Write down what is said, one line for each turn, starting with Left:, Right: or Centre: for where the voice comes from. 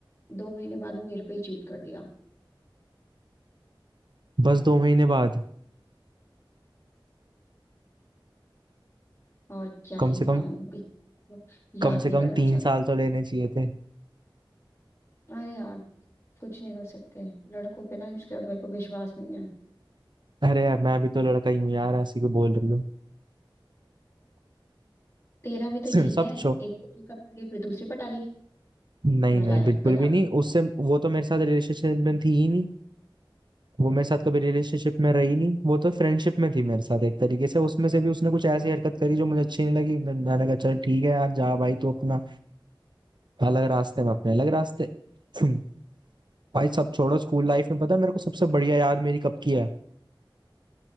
Left: दो महीने बाद मेरे पे ही चीट कर दिया
Right: बस दो महीने बाद
Left: और क्या ही
Right: कम
Left: बताऊं
Right: से कम
Left: इसको याद
Right: कम से
Left: नहीं
Right: कम
Left: करना
Right: तीन
Left: चाहती
Right: साल तो लेने चाहिए थे
Left: अरे यार कुछ नहीं कर सकते लड़कों पे ना इसलिए अब मेरे को विश्वास नहीं है
Right: अरे यार, मैं भी तो लड़का ही हूँ यार ऐसे क्यों बोल रही हूँ
Left: तेरा भी
Right: <laughs>
Left: तो यही
Right: सब
Left: है
Right: छो
Left: एक को पिकअप कर लिया फिर दूसरी पर टाली
Right: नहीं
Left: नालायक
Right: नहीं बिल्कुल
Left: गधा
Right: भी नहीं उससे वो तो मेरे साथ रिलेशनशिप में थी ही नहीं वो मेरे साथ कभी रिलेशनशिप में रही नहीं वो तो फ्रेंडशिप में थी मेरे साथ एक तरीके से उसमें से भी उसने कुछ ऐसी हरकत करी जो मुझे अच्छी नहीं लगी मैं- मैंने कहा चल ठीक है यार जा भाई तू अपना अलग रास्ते में अपने अलग रास्ते <clears throat> भाई सब छोड़ो स्कूल लाइफ में पता है मेरे को सबसे बढ़िया याद मेरी कब की है